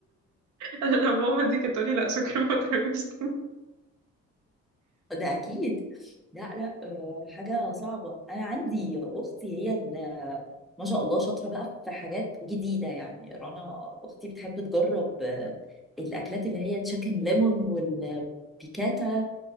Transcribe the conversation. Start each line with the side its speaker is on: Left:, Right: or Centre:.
Right: <laughs> انا لو ماما دي كانت تقولي لا شكرا ما تقربيش
Centre: ده اكيد لا لا آه، حاجه صعبه انا عندي اختي هي اللي ما شاء الله شاطره بقى في حاجات جديده يعني رنا اختي بتحب تجرب آه، الاكلات اللي هي تشيكن ليمون والبيكاتا